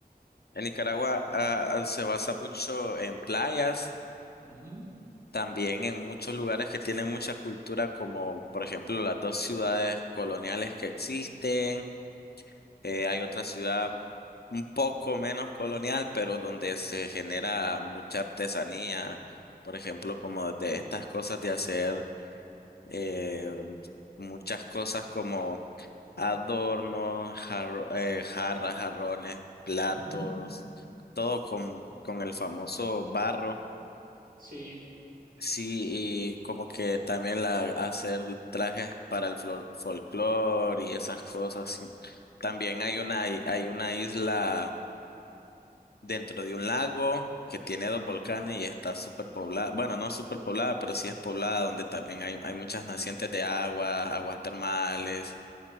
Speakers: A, on the left; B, on the right.
A: En Nicaragua ah, ah, se basa mucho en playas,
B: Ujú,
A: también en muchos lugares que tienen mucha cultura, como por ejemplo las dos ciudades coloniales que existen. Eh, hay otra ciudad un poco menos colonial, pero donde se genera mucha artesanía, por ejemplo, como de estas cosas de hacer eh, muchas cosas como adornos, jarro- eh, jarras, jarrones, platos,
B: ujú,
A: todo con, con el famoso barro.
B: sí,
A: Sí, y como que también la, hacer trajes para el folclore y esas cosas. sí. También hay una, hay una isla dentro de un lago que tiene dos volcanes y está súper poblada. Bueno, no súper poblada, pero sí es poblada, donde también hay, hay muchas nacientes de agua, aguas termales.